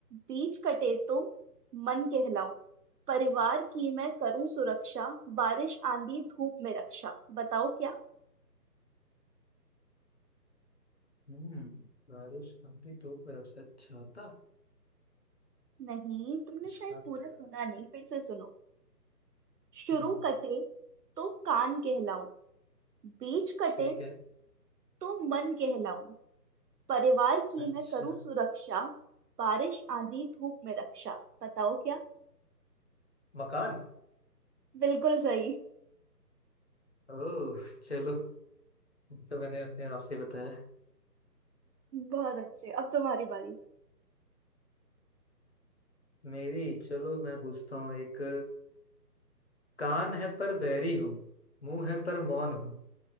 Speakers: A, on the right; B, on the left.
A: बीच कटे तो मन कहलाऊं परिवार की मैं करूं सुरक्षा बारिश आंधी धूप में रक्षा बताओ क्या
B: हम्म बारिश आती धूप में रक्षा छाता
A: नहीं तुमने शायद
B: छाता
A: पूरा सुना नहीं फिर से सुनो शुरू
B: हम्म
A: कटे तो कान कहलाऊं बीच कटे
B: ठीक है
A: तो मन कहलाऊं परिवार की
B: अच्छा
A: मैं करूं सुरक्षा बारिश आंधी धूप में रक्षा बताओ क्या
B: मकान
A: बिल्कुल सही
B: ओ चलो तो मैंने अपने आप से बताया
A: बहुत अच्छे अब तुम्हारी बारी
B: मेरी चलो मैं पूछता हूँ एक कान है पर बहरी हूँ मुंह है पर मौन हूँ